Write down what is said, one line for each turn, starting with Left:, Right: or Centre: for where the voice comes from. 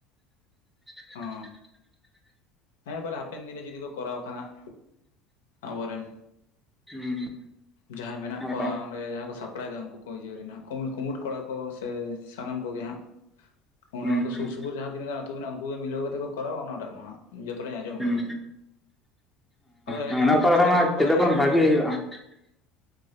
Centre: <unintelligible>
Left: ᱚ ᱦᱮᱸ ᱵᱚᱞᱮ ᱦᱟᱯᱮᱱ ᱫᱤᱱ ᱨᱮ ᱡᱩᱫᱤ ᱠᱚ ᱠᱚᱨᱟᱣ ᱠᱷᱟᱱ ᱦᱟᱜ ᱟᱵᱚᱨᱮᱱ
Centre: ᱦᱩᱸ ᱦᱩᱸ
Left: ᱡᱟᱦᱟᱸᱭ ᱢᱮᱱᱟᱜ ᱠᱚᱣᱟ
Centre: ᱟᱫᱚ
Left: ᱚᱸᱰᱮ ᱡᱟᱦᱟᱸᱭ ᱠᱚ ᱥᱟᱯ ᱲᱟᱭᱫᱟ ᱩᱝᱠᱩ ᱠᱚ ᱤᱭᱟᱹ ᱨᱮ ᱱᱟᱜ ᱠᱩᱼᱠᱩᱢᱩᱴ ᱠᱚᱲᱟ ᱠᱚ ᱥᱮ ᱥᱟᱱᱟᱢ ᱠᱚᱜᱮ ᱦᱟᱸᱜ ᱚᱱᱟ
Centre: ᱦᱩᱸ
Left: ᱢᱟᱛᱚ ᱥᱩᱨ
Centre: ᱦᱩᱸ
Left: ᱥᱩᱯᱩᱨ ᱡᱟᱦᱟᱸ ᱛᱤᱱᱟᱹ ᱜᱟᱱ ᱟᱹᱛᱩ ᱢᱮᱱᱟᱜᱼᱟ ᱩᱝᱠᱩ ᱜᱮ ᱢᱤᱞᱟᱹᱣ ᱠᱟᱛᱮ ᱠᱚᱨᱟᱣᱟ ᱚᱱᱟᱴᱟᱜ ᱢᱟ ᱦᱟᱸᱜ ᱡᱚᱛᱚ ᱴᱟᱜ ᱤᱧ ᱟᱸᱡᱚᱢ
Centre: ᱦᱩᱸ
Left: ᱠᱟᱫᱟ ᱟᱫᱚ
Centre: ᱦᱩᱸ
Left: ᱮᱱᱨᱮᱦᱚᱸ
Centre: ᱚᱱᱟ ᱚᱠᱟ
Left: ᱩᱱᱠᱩ
Centre: ᱞᱮᱠᱟ
Left: ᱪᱮᱫᱟᱜ
Centre: ᱢᱟ
Left: ᱵᱟᱠᱚ ᱠᱚᱨᱟᱣᱮᱜᱼᱟ
Centre: ᱡᱚᱛᱚ ᱠᱷᱚᱱ
Left: ᱟᱫᱚ
Centre: <unintelligible>